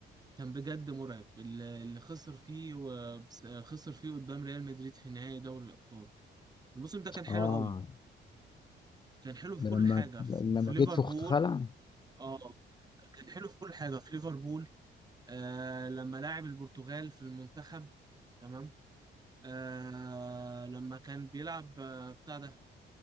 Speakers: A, on the right; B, on the left.
A: كان بجد مرعب اللي اللي خسر فيه و- بس- خسر فيه قدام ريال مدريد في نهائي دوري الأبطال الموسم ده كان حلو
B: اه
A: قوي كان حلو في
B: ده
A: كل
B: لما
A: حاجة في
B: لما
A: في ليفربول
B: جيت في اخت خلع
A: اه كان حلو في كل حاجه في ليفربول آه لما لاعب البرتغال في المنتخب تمام آه لما كان بيلعب آه بتاع ده